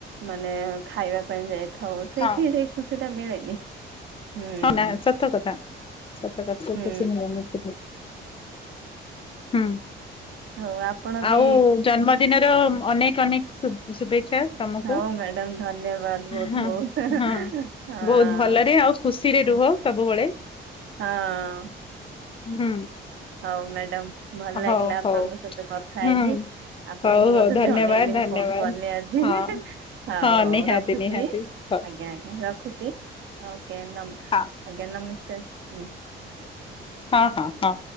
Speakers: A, on the right; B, on the left.
A: ମାନେ ଖାଇବା ପାଇଁ ଯାଇ ଥାଉ ସେଇଠି
B: ହଁ।
A: ସେ ଖୁସିଟା ମିଳେନି। ହୁଁ
B: ହଁ ନା ସତ କଥା ସତ କଥା।
A: ହୁଁ
B: <inaudible> ହୁଁ
A: ହଉ ଆପଣ
B: ଆଉ
A: ବି
B: ଜନ୍ମା ଦିନର ଅନେକ ଅନେକ ଶୁବେଚ୍ଛା। ତମକୁ
A: ହଉ ମ୍ୟାଡାମ ଧନ୍ୟବାଦ ବହୁତ
B: ହଁ
A: ବହୁତ
B: ହଁ
A: ହଁ
B: ବହୁତ ଭଲରେ ଆଉ ଖୁସିରେ ରୁହ ସବୁବେଳେ।
A: ହଁ ଅଁ।
B: ହୁଁ।
A: ହଉ ମ୍ୟାଡ଼ମ୍। ଭଲ
B: ହଉ
A: ଲାଗିଲା ଆପଣଙ୍କ
B: ହଉ
A: ସହିତ କଥା
B: ହୁଁ
A: ହେଇକି ଆପଣଙ୍କୁ
B: ହଉ
A: ମଧ୍ୟ
B: ହଉ ଧନ୍ୟବାଦ
A: ଜଣେଇଲି
B: ଧନ୍ୟବାଦ।
A: ମୁଁ କଣ କଲି ଆଜି।
B: ହଁ
A: ହଉ
B: ହଁ
A: ହଉ
B: ନିହାତି
A: ରଖୁଚି
B: ନିହାତି ହଉ
A: ଆଜ୍ଞା ଆଜ୍ଞା ରଖୁଚି ଓ କେ ନମ
B: ହଁ
A: ଆଜ୍ଞା ନମସ୍କାର ହୁଁ।
B: ହଁ ହଁ ହଁ।